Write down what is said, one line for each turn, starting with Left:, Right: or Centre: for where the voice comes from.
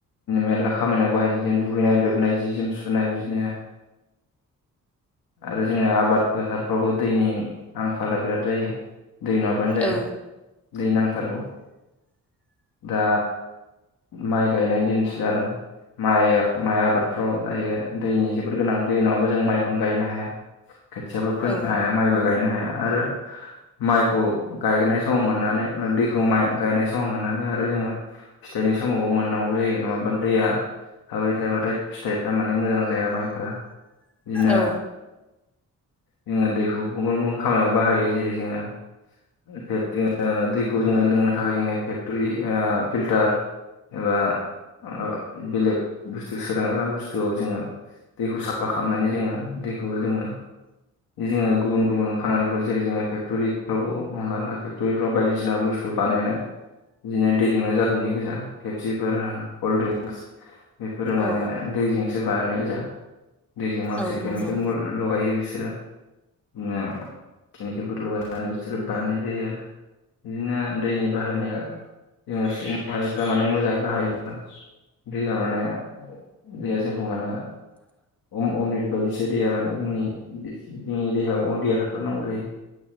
Left: मेरला खामानियाव बाहायो जो दुगैनाय, लोबनाय, जि-जोम सुनाय बिदिनो। आरो जोंनो आबाद फोथारफ्रावबो दैनि आंखाला बिराद जायो। दै नङाबानो जाया।
Centre: औ
Left: दै नांथारगौ। दा माइ गायनायनि दिनसो जादों। माइ-माइ आबादफ्राव दायो दैनि जोबोर गोनां दै नङाबा जों माइखौनो गायनो हाया। खोथियाबो फोनो
Centre: औ
Left: हाया माइबो गायनो हाया आरो माइखौ गायनाय। समाव मोननानै दैखौ माइ गायनाय समाव मोननानै आरो जोङो। फिथाइनि समावबो मोननांगौ जायो नङाबा दैया। थाबाय थायाबाथाय फिथाइफ्रा माने मोजां जाया माइफ्रा बिदिनो।
Centre: औ
Left: जोङो दैखौ गुबुन-गुबुन खामानियाव बाहायो जेरै-जोंहा। जोङो दैखौ जोङो लोंनो थाखाय जोङो फेक्टरि ओ फिल्टार‌। एबा ओ बेलेग बुस्थु सोदांग्रा बुस्थुआव जोङो। दैखौ साफा खालामनानै जोङो दैखौ लोङो। जोङो गुबुन-गुबुन खामानिफोरा जेरै-जोङो फेक्ट'रिफ्रावबो हमना लादो। त' इफ्राव बायदिसिना बुस्थु बानायनाय। बिदिनो दै जोंनो जाजोबनाय गोजा पेपसिफोर कल्ड ड्रिंक्स। बेफोरो माने
Centre: औ
Left: दैजोंसो बानायनाय गोजा। दैजों माखासे
Centre: औ
Left: केमिकेल
Centre: नंगौ
Left: मो लगायो बिसोरो। नो केमिकेलफोर लगायनानै बिसोरो बानायनाय जायो आरो। बिदिनो दैनि बाहायनाया। जोङो सुबुंमाहारिफ्रा माने मोजाङै बाहायोब्ला। दैया माने दैया जोंखौ माने अम अम्रित। बादिसो दैया माने जोंनि-जोंनि देहायाव अर दैया थाथारनांगौ जायो।